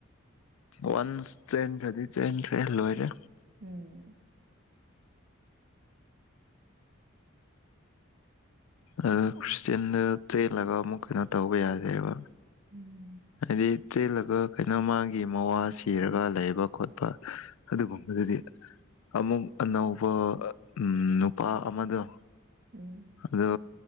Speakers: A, on the left; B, on the right.
A: ꯋꯥꯟꯁ ꯆꯦꯟꯈ꯭ꯔꯗꯤ ꯆꯦꯟꯈ꯭ꯔꯦ ꯂꯣꯏꯔꯦ
B: ꯎꯝ
A: ꯑ ꯈ꯭ꯔꯤꯁꯇꯌꯟꯗ ꯆꯦꯜꯂꯒ ꯑꯃꯨꯛ ꯀꯩꯅꯣ ꯇꯧꯕ ꯌꯥꯗꯦꯕ
B: ꯎꯝ
A: ꯍꯥꯏꯗꯤ ꯆꯤꯜꯂꯒ ꯀꯩꯅꯣ ꯃꯥꯒꯤ ꯃꯋꯥ ꯁꯤꯔꯒ ꯂꯩꯕ ꯈꯣꯠꯄ ꯑꯗꯨꯒꯨꯝꯕꯗꯨꯗꯤ ꯑꯃꯨꯛ ꯑꯅꯧꯕ ꯎ ꯅꯨꯄꯥ ꯑꯃꯗꯣ
B: ꯎꯝ
A: ꯑꯗꯣ